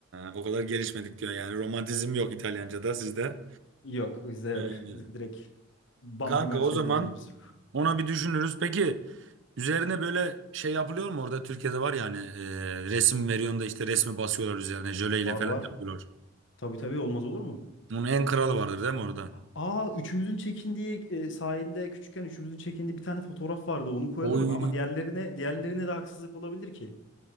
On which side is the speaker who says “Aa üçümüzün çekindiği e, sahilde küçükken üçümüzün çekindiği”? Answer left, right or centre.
Left